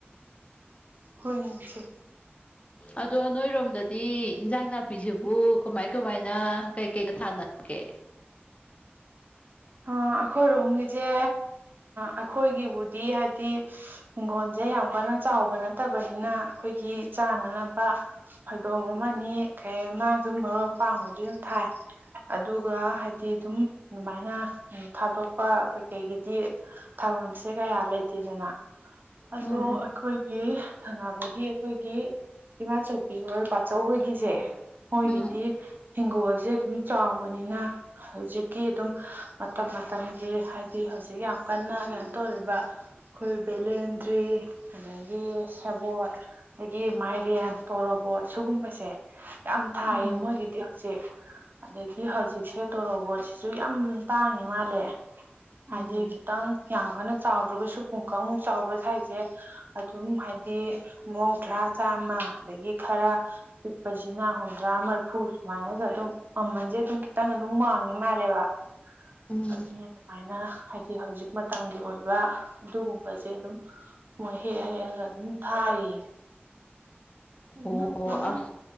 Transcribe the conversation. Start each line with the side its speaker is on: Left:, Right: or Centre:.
Right: ꯍꯣꯏꯅꯦ ꯏꯆꯦ
Left: ꯑꯗꯣ ꯅꯣꯏꯔꯣꯝꯗꯗꯤ ꯏꯟꯖꯥꯡ ꯅꯥꯄꯤꯁꯤꯕꯨ ꯀꯃꯥꯏ ꯀꯃꯥꯏꯅ ꯀꯩ ꯀꯩꯒ ꯊꯥꯅꯒꯦ
Right: ꯑꯩꯈꯣꯏꯔꯣꯝꯒꯤꯁꯦ ꯑꯩꯈꯣꯏꯒꯤꯕꯨꯗꯤ ꯍꯥꯏꯗꯤ ꯍꯤꯡꯒꯣꯟꯁꯦ ꯌꯥꯝ ꯀꯟꯅ ꯆꯥꯎꯕ ꯅꯠꯇꯕꯅꯤꯅ ꯑꯩꯈꯣꯏꯒꯤ ꯆꯥꯅꯅꯕ ꯐꯩꯗꯣꯝ ꯑꯃꯅꯤ ꯀꯩ ꯑꯃ ꯑꯗꯨꯝ ꯃꯔꯣꯏ ꯃꯄꯥꯡꯗꯤ ꯑꯗꯨꯝ ꯊꯥꯏ ꯑꯗꯨꯒ ꯍꯥꯏꯗꯤ ꯑꯗꯨꯝ ꯑꯗꯨꯃꯥꯏꯅ ꯎꯝ ꯊꯥꯗꯣꯛꯄ ꯀꯩꯀꯩꯒꯤꯗꯤ ꯊꯥꯐꯝꯁꯦ ꯀꯌꯥ ꯂꯩꯇꯦꯗꯅ ꯑꯗꯣ
Left: ꯎꯝ
Right: ꯑꯩꯈꯣꯏꯒꯤ ꯊꯪꯅꯕꯒꯤ ꯑꯩꯈꯣꯏꯒꯤ ꯏꯃꯥꯆꯧꯕꯤ ꯍꯣꯏ ꯕꯥꯆꯧ ꯍꯣꯏꯒꯤꯁꯦ ꯃꯣꯏꯒꯤꯗꯤ
Left: ꯎꯝ
Right: ꯍꯤꯡꯒꯣꯜꯁꯦ ꯑꯗꯨꯝ ꯆꯥꯎꯕꯅꯤꯅ ꯍꯧꯖꯤꯛ ꯀꯤ ꯑꯗꯨꯝ ꯃꯇꯝ ꯃꯇꯝꯒꯤ ꯍꯥꯏꯗꯤ ꯍꯧꯖꯤꯛ ꯌꯥꯝ ꯀꯟꯅ ꯀꯩꯅꯣ ꯇꯧꯔꯤꯕ ꯑꯩꯈꯣꯏ ꯕꯦꯂꯦꯟꯗ꯭ꯔꯤ ꯑꯗꯒꯤ ꯁꯦꯕꯣꯠ ꯑꯗꯒꯤ ꯃꯥꯏꯔꯦꯟ ꯇꯣꯔꯣꯕꯣꯠ ꯁꯤꯒꯨꯝꯕꯁꯦ ꯌꯥꯝ ꯊꯥꯏꯌꯦ
Left: ꯎꯝ
Right: ꯃꯣꯏꯒꯤꯗꯤ ꯍꯧꯖꯤꯛ ꯑꯗꯒꯤ ꯍꯧꯖꯤꯛꯁꯦ ꯇꯣꯔꯣꯕꯣꯠ ꯁꯨ ꯌꯥꯝ ꯇꯥꯡꯉꯤ ꯃꯥꯜꯂꯦ
Left: ꯎꯝ
Right: ꯍꯥꯏꯗꯤ ꯈꯤꯇꯪ ꯌꯥꯝ ꯀꯟꯅ ꯆꯥꯎꯗ꯭ꯔꯒꯁꯨ ꯄꯨꯡꯀꯃꯨꯛ ꯆꯥꯎꯕ ꯁꯥꯏꯖꯦ ꯑꯗꯨꯝ ꯍꯥꯏꯗꯤ ꯃꯧꯗ꯭ꯔꯥ ꯆꯥꯝꯃ ꯑꯗꯒꯤ ꯈꯔ ꯄꯤꯛꯄꯁꯤꯅ ꯍꯨꯝꯗ꯭ꯔꯥ ꯃꯔꯐꯨ ꯁꯨꯃꯥꯏꯅꯒ ꯑꯗꯨꯝ ꯃꯃꯟꯁꯦ ꯑꯗꯨꯝ ꯈꯤꯇꯪ ꯑꯗꯨꯝ ꯋꯥꯡꯉꯤ ꯃꯥꯂꯦ ꯕ
Left: ꯎꯝ
Right: ꯑꯗꯨꯅ ꯑꯗꯨꯃꯥꯏꯅ ꯍꯥꯏ ꯍꯧꯖꯤꯛ ꯃꯇꯝꯒꯤ ꯑꯣꯏꯕ ꯑꯗꯨꯒꯨꯝꯕꯁꯦ ꯑꯗꯨꯝ ꯃꯣꯏ ꯍꯦꯛꯑ ꯍꯦꯛꯑꯒ ꯑꯗꯨꯝ ꯊꯥꯔꯤꯌꯦ ꯑꯗꯨꯒ
Left: ꯑꯣ ꯑꯣ ꯑꯁ